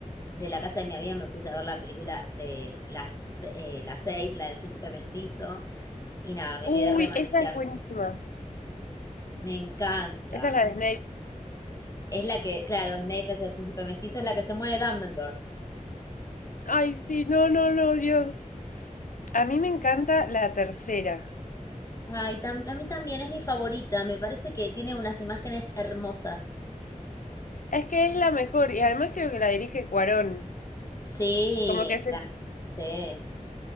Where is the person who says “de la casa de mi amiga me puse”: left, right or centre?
Left